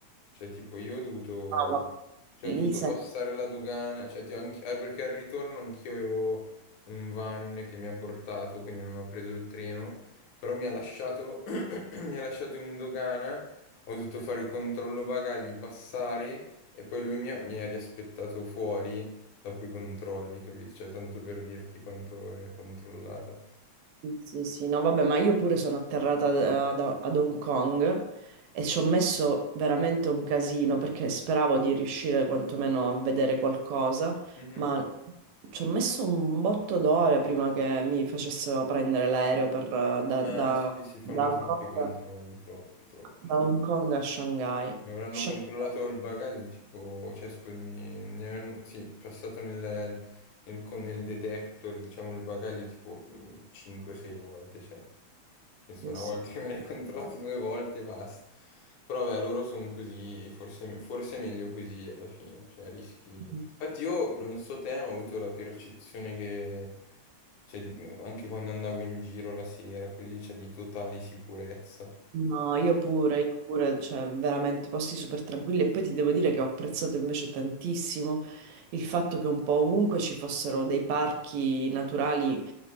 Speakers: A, on the left; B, on the right.
A: Cioè, tipo, io ho dovuto,
B: Ah, va-
A: cioè,
B: Lì
A: ho dovuto
B: se-
A: passare la dogana, cioè, ti- anch- eh, perché al ritorno anch'io avevo un van che mi ha portato, quindi non ho preso il treno, però mi ha lasciato, <clears throat> mi ha lasciato in dogana, ho dovuto fare il controllo bagagli, passare, e poi lui mi ha, mi ha riaspettato fuori dopo i controlli, capito? Cioè, tanto per dirti quanto è controllata.
B: Sì, sì, sì, no, vabbè, ma io pure sono atterrata eh, ad, ad Hong Kong e ci ho messo veramente un casino perché speravo di riuscire quantomeno a vedere qualcosa,
A: Mhm.
B: ma ci ho messo un botto d'ore prima che mi facessero prendere l'aereo per, eh, da,
A: Ah,
B: da-
A: sì, si fanno
B: da Hong
A: troppi
B: Kong,
A: controlli, troppi, troppi.
B: da Hong Kong a Shanghai.
A: Mi avranno
B: Shanghai,
A: controllato il bagaglio, tipo, cioè scusami, mi avranno, sì, passato nel, nel, con- nel detector, diciamo, il bagaglio tipo 5-6 volte, cioè, nel senso, una
B: sì,
A: volta che me l'hai controllato due volte e basta. Però vabbè, loro sono così, forse, forse è meglio così alla fine, cioè rischi... Infatti
B: sì.
A: io, non so te, ma ho avuto la percezione che, cioè, di- anche quando andavo in giro la sera, così, cioè, di totale sicurezza.
B: No, io pure, io pure, cioè veramente posti super tranquilli e poi ti devo dire che ho apprezzato invece tantissimo il fatto che un po' ovunque ci fossero dei parchi naturali